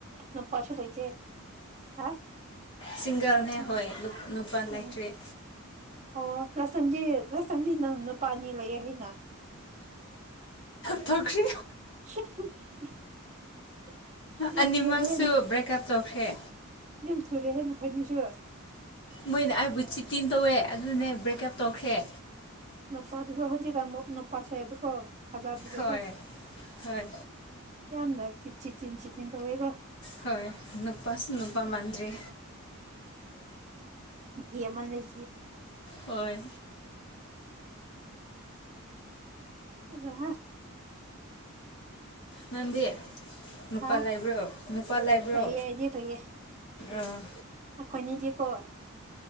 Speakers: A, on the right; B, on the left.
A: ꯎꯄꯁ ꯊꯣꯏꯆꯦ ꯍꯥ
B: ꯁꯤꯡꯒꯔꯅꯦ
A: ꯎꯝ
B: ꯍꯣꯏ ꯅꯨꯄꯥ
A: ꯎꯝ
B: ꯂꯥꯏꯇ꯭ꯔꯔꯤ
A: ꯑꯣ ꯂꯁꯟꯗꯤ ꯂꯁꯟꯗꯤ ꯅꯅꯄꯥꯥꯅꯤ ꯂꯩ ꯍꯅ
B: ꯊꯛꯔꯤ
A: <inaudible> ꯌꯥꯝ
B: ꯑꯅꯤꯃꯛꯁꯨ
A: ꯊꯨꯔꯦꯍꯦ
B: ꯕ꯭ꯔꯦꯛꯞ ꯇꯧꯈ꯭ꯔꯦ
A: ꯌꯥꯝ ꯊꯨꯔꯦ ꯍꯦꯟꯅ ꯑꯩꯈꯣꯏꯅꯤꯁꯨ
B: ꯃꯣꯏꯅ ꯑꯩꯕꯨ ꯆꯤꯇꯤꯡ ꯇꯧꯋꯦ ꯑꯗꯨꯅꯦ ꯑꯩ ꯕ꯭ꯔꯦꯛꯑꯞ ꯇꯧꯈ꯭ꯔꯦ
A: ꯅꯄꯥꯖꯤ ꯁ ꯍꯧꯖꯤ ꯀꯃꯕꯨ ꯅ ꯄꯁꯦ ꯑꯗꯨ ꯀꯣ ꯊꯖꯥꯗꯨꯁꯦꯀꯣ
B: ꯍꯣꯏ ꯍꯣꯏ
A: ꯌꯥꯝꯗ ꯆꯤꯁꯤ ꯆꯤꯟꯁꯤ ꯇꯤꯟ ꯇꯧꯦꯒ
B: ꯍꯣꯏ ꯅꯨꯄꯥ ꯅꯨꯄꯥ ꯃꯥꯟꯗ꯭ꯔꯤ
A: ꯍ ꯃꯥꯟ ꯂꯩ
B: ꯍꯣꯏ
A: ꯑ
B: ꯅꯪꯗꯤ ꯅꯨꯄꯥ
A: ꯍꯥ
B: ꯂꯥꯏꯕ꯭ꯔꯣ ꯅꯨꯄꯥ ꯂꯥꯏꯕ꯭ꯔꯣ
A: ꯂꯩꯌꯦ ꯑꯩꯗꯤ ꯂꯩꯌꯦ
B: ꯑ
A: ꯑꯩꯈꯣꯏꯅꯤꯗꯤꯀꯣ